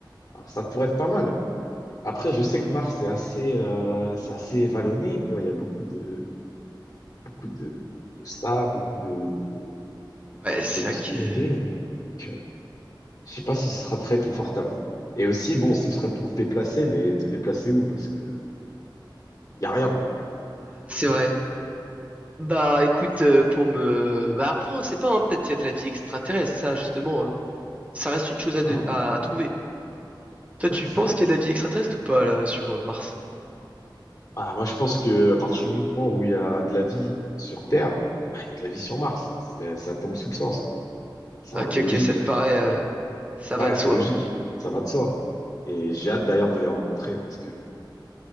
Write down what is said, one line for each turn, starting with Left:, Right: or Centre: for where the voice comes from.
Left: Alors, ça pourrait être pas mal. Après, je sais que Mars, c'est assez, euh, c'est assez vallonné, quoi. Il y a beaucoup de, beaucoup de stars, beaucoup de, de, de-
Right: Ouais, c'est
Left: de petites
Right: vrai que...
Left: montées. euh, que je sais pas si ce sera très confortable. Et aussi, bon, ce serait pour te déplacer, mais te déplacer où? Parce que y a rien, quoi.
Right: C'est vrai. Bah écoute, euh, pour me... Bah après, on sait pas, hein, peut-être qu'il y a de la vie extraterrestre, ça justement, euh, ça reste une chose à,
Left: Hein,
Right: de-
Left: on-
Right: à, à trouver. Toi, tu
Left: hein, c'est
Right: penses
Left: vrai.
Right: qu'il y a de la vie extraterrestre ou pas là sur euh, Mars?
Left: Ah, moi, je pense que à partir du moment où il y a de la vie sur Terre, ah, il y a de la vie sur Mars. C'est- Ça tombe sous le sens, quoi. C'est un
Right: Ok,
Left: peu
Right: ok,
Left: logique.
Right: ça te paraît, euh, ça
Left: Ouais,
Right: va de
Left: c'est
Right: soi.
Left: logique, ça va de soi. Et j'ai hâte d'ailleurs de les rencontrer parce que